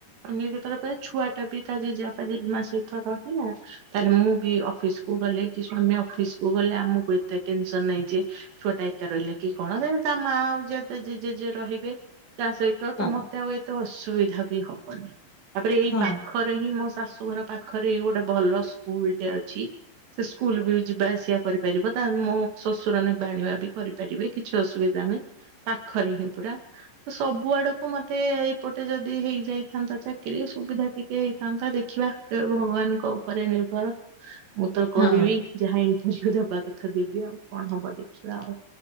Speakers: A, on the right; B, on the left.
A: ତମେ ଯେତେବଳେ ତା ଛୁଆ ଟା ବି ତା ଜେଜେପା ଜେଜେମା ସହିତ ରହିଲା। ତାହେଲେ ମୁଁ ବି ଅଫିସ କୁ ଗଲେ କି ସ୍ଵାମୀ ଅଫିସ କୁ ଗଲେ ଆମକୁ ଏତେ ଟେନସନ ନାହିଁ। ଯେ ଛୁଆଟା ଏକା ରହିଲା କି କଣ? ସେ ତା ମା ଆଉ ଜେଜେ ଜେଜେମା ଯିଏ ରହିବେ ତା ସହିତ
B: ହଁ
A: ତ ମୋତେ ଆଉ ଏତେ ଅସୁବିଧା ବି ହବନି। ତାପରେ ଏଇ
B: ହଁ
A: ପାଖରେ ହିଁ ମୋ ଶାଶୁଘର ପାଖରେ ଏଇ ଗୋଟେ ଭଲ ସ୍କୁଲଟେ ଅଛି। ସେ ସ୍କୁଲ ବି ଯିବା ଆସିବା କରିପାରିବ ତା ମୋ ଶ୍ୱଶୁର ନେବା ଆଣିବା ବି କରିପାର ପାରିବେ କିଛି ଅସୁବିଧା ନାହିଁ ପାଖରେ ହିଁ ପୁରା ତ ସବୁ ଆଡକୁ ମୋତେ ଏପଟେ ଯଦି ହେଇଯାଇଥାନ୍ତା ଚାକିରୀ। କିରୀ ସୁବିଧା ଟିକେ ହେଇଥାନ୍ତା। ଦେଖିବା ଯାହା ଭଗବାନଙ୍କ ଉପରେ ନିର୍ଭର। ମୁଁ ତ
B: ହଁ।
A: କରିବି ଯାହା ଇନଣ୍ଟସିଭି ଦେବା କଥା ଦେବି ଆଉ କଣ ହବ ଦେଖିବା? ଆଉ।